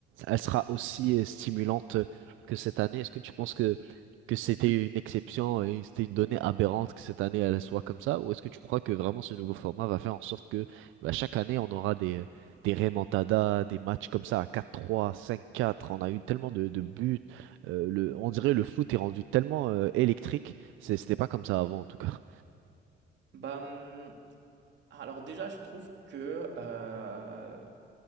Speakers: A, on the right; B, on the right.
A: elle sera aussi euh, stimulante que cette année? Est-ce que tu penses que que c'était une exception et c'était une donnée aberrante que cette année elle soit comme ça? Ou est-ce que tu crois que vraiment ce nouveau format va faire en sorte que bah, chaque année on aura des des remontadas, des matchs comme ça à quatre trois, cinq quatre? on a eu tellement de, de buts, Euh, le, on dirait le foot est rendu tellement euh, électrique, C'est- c'était pas comme ça avant en tout cas.
B: Bah, hum, alors déjà, je trouve que euh,